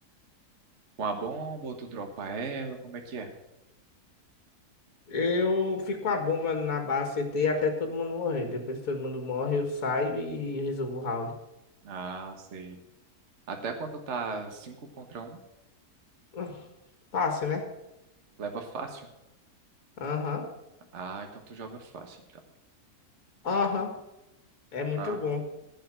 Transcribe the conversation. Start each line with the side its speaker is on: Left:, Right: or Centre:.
Right: com a bomba ou tu dropa ela? Como é que é?
Left: Eu fico com a bomba na base CT até todo mundo morrer. Depois que todo mundo morre, eu saio e resolvo o round. <laughs>
Right: Ah, sei. Até quando tá 5 contra um
Left: Ah, Fácil, né?
Right: leva fácil?
Left: Aham,
Right: Ah, então tu joga fácil, então.
Left: aham. É muito
Right: Aham.
Left: bom.